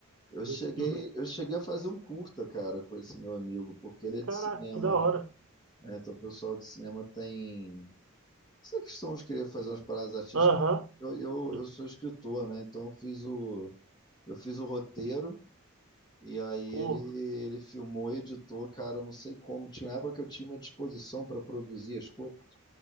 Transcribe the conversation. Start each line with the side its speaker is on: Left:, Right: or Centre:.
Left: Eu cheguei,
Right: Esse- e o-
Left: eu cheguei a fazer um curta, cara, com esse meu amigo, porque ele é
Right: Caraca,
Left: de cinema,
Right: que da hora.
Left: né? É, Então o pessoal de cinema tem essa questão de querer fazer umas paradas artísticas.
Right: Aham.
Left: Eu, eu,
Right: E,
Left: eu sou escritor, né? Então eu fiz o, eu fiz o roteiro E aí
Right: Pô,
Left: ele, ele filmou, editou, cara, eu não sei como. Tinha uma época que eu tinha uma disposição para produzir as coisas.